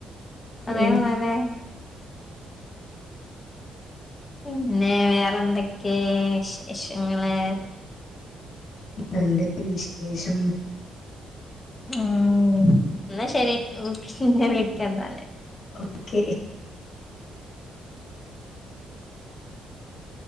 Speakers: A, on the left (about 25°); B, on the left (about 55°).
A: അതേ
B: ഉം,
A: പോലെ പിന്നെ വേറെന്തൊക്കെ വിശേഷങ്ങള്?
B: നല്ല വിശേഷം.
A: ഉം എന്നാ ശരി. പിന്നെ വിളിക്ക എന്നാൽ.
B: ഓക്കെ